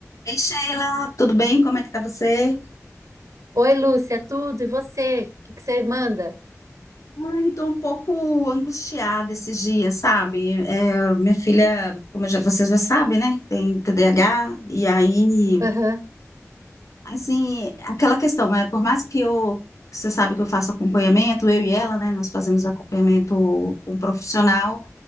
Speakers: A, on the left (about 75°); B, on the right (about 80°).
A: Ei, Sheila, tudo bem? Como é que tá você?
B: Oi, Lúcia, tudo? E você? O que que você manda?
A: Ai, tô um pouco angustiada esses dias, sabe? É, minha filha, como já, vocês já sabem, né? Tem TDAH, e aí,
B: Aham.
A: assim, aquela questão, né? Por mais que eu, que você sabe que eu faço acompanhamento, eu e ela, né? Nós fazemos acompanhamento com um profissional,